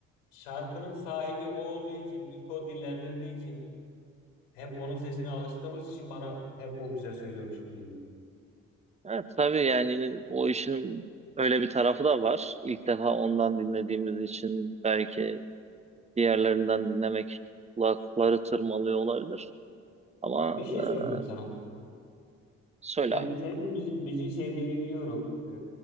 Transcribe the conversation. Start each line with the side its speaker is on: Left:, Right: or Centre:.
Left: şarkının sahibi o olduğu için, ilk o dillendirdiği için hep onun sesine alıştığımız için bana hep o güzel söylüyormuş gibi geliyor.
Right: Evet tabii yani o işin öyle bir tarafı da var. İlk defa ondan dinlediğimiz için belki diğerlerinden dinlemek kulakları tırmalıyor olabilir. Ama
Left: Bir şey
Right: e,
Left: söyleyeyim sana.
Right: söyle
Left: Yani
Right: abi.
Left: senin müzi- müziği sevdiğini biliyorum. Ee,